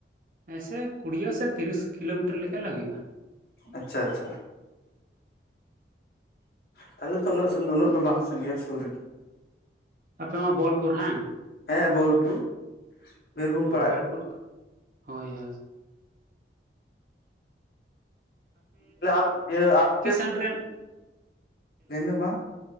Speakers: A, on the right; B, on the left.
A: ᱦᱮᱸᱥᱮ ᱠᱩᱰᱤᱭᱟᱹ ᱥᱮ ᱛᱤᱨᱤᱥ ᱠᱤᱞᱚᱢᱤᱴᱟᱨ ᱞᱮᱠᱟᱞᱮ ᱦᱩᱭᱩᱜᱼᱟ
B: ᱟᱪᱪᱷᱟ ᱪᱷᱟ ᱛᱟᱦᱚᱞᱮ ᱫᱚ ᱩᱱᱟᱹᱜ ᱥᱩᱱ ᱫᱚ ᱩᱱᱟᱹᱜ ᱫᱚ ᱵᱟᱝ ᱥᱟᱺᱜᱤᱧᱟ ᱥᱩᱨ ᱨᱮᱜᱮ᱾
A: ᱟᱯᱮ ᱱᱚᱣᱟ ᱵᱳᱞᱯᱩᱨ ᱦᱟᱝ?
B: ᱦᱮᱸ ᱵᱳᱞᱯᱩᱨ᱾ ᱵᱤᱨᱵᱷᱩᱢ ᱯᱟᱲᱟᱜ
A: ᱵᱳᱞᱯᱩᱨ,
B: ᱠᱟᱱᱟ
A: ᱦᱳᱭ ᱦᱳᱭ᱾
B: ᱟᱨ ᱤᱭᱟᱹ ᱟᱨ <unintelligible>
A: ᱴᱨᱮᱱ
B: ᱞᱟᱹᱭᱢᱮ ᱢᱟ,